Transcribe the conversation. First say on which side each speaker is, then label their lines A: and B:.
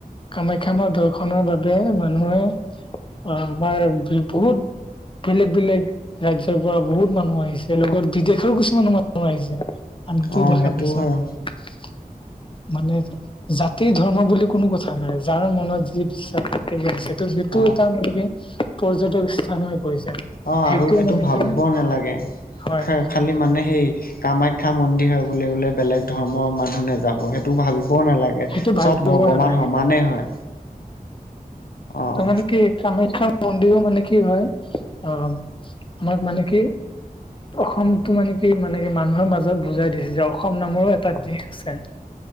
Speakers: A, on the left; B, on the left.
A: কামাখ্যা মাৰ দৰ্শনৰ বাবে মানুহে অ আমাৰ বি বহুত বেলেগ বেলেগ ৰাজ্য ৰাজ্যৰ পৰা বহুত মানুহ আহিছে, লগত বিদেশৰো কিছুমান মানুহ আহিছে। আমিটো
B: অ'
A: দেখা
B: সেইটো
A: পিছত
B: হয়
A: মানে, জাতিৰ ধৰ্ম বুলি কোনো কথা নাই। যাৰ মনত যি বিশ্বাস আছে সেইটো যিটো
B: অ'
A: এটা মানে কি? পৰ্যটক স্থান হৈ পৰিছে।
B: অঁ আৰু সেইটো
A: মানে
B: ভাৱিবও
A: কি হয়
B: নালাগে।
A: হয়
B: খে খাত বুলি মানে সেই কামাখ্যা মন্দিৰ হয় বুলি ক'লে বেলেগ ধৰ্মৰ মানুহ নাযাব সেই টো ভাৱিবও নালাগে।
A: সেইটো ভাল
B: চব
A: কৰিব
B: ভগৱান
A: নালাগে
B: সমানে হয়। অ'
A: তাৰমানে কি কামাখ্যাত মন্দিৰো মানে কি হয়? অঁ আমাক মানে কি? অসমটো মানে কি মানে, কি মানুহৰ মাজত বুজাই দিছে যে অসম নামৰো এটা দিশ আছে।